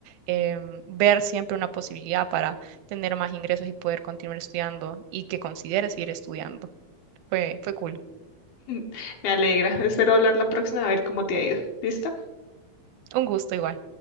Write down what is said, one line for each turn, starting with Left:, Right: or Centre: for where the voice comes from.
Right: em, ver siempre una posibilidad para tener más ingresos y poder continuar estudiando y que consideres seguir estudiando. Fue, fue cool.
Left: <laughs> Me alegra. Espero hablar la próxima a ver cómo te ha ido. ¿Listo?
Right: Un gusto igual.